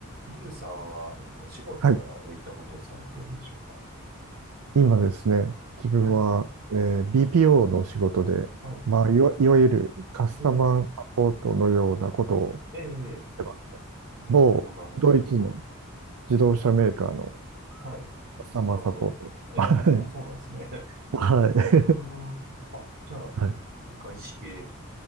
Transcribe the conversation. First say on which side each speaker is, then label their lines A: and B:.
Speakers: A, on the right; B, on the right.
A: リュウさんは、えっと、お仕事はどういったことをされてるんでしょうか
B: はい。今ですね、自分は、
A: はい、
B: えー BPO の仕事で、
A: はい、
B: まあ、いわ、いわゆるカスタマーサポートのようなことを
A: ええ、ええ、ええ
B: してます、
A: なるほど、
B: 某ドイツの
A: なるほど。はい、
B: 自動車メーカーの
A: はい、
B: カスタマーサポート。
A: なるほど。ええ、
B: はい。
A: あ、そうなんですね。
B: はい。
A: <laughs> うーん。あ、じゃあ、
B: <laughs> はい。
A: 外資系